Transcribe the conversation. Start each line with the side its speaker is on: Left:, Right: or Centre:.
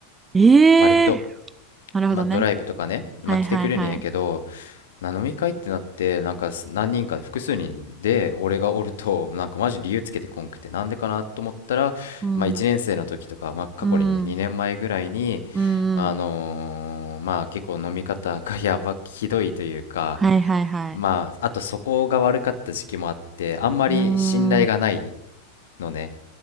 Right: ええー、
Left: 割と、
Right: なるほどね。
Left: まあ、ドライブとかね、まあ、
Right: はいはいはい。
Left: 来てくれねんやけど、な飲み会ってなってなんかす何人か複数人で俺がおるとなんかマジ理由つけてこんくてなんでかなと思ったら、
Right: うん
Left: まあ、1年生の時とか、まあ、過去にね2年前ぐらいに
Right: うん、うん、
Left: あのーまあ結構飲み方が <laughs> やばひどいというか
Right: はいはいはい。
Left: まああとそこが悪かった時期もあってあんまり信頼がない
Right: うーん、
Left: のね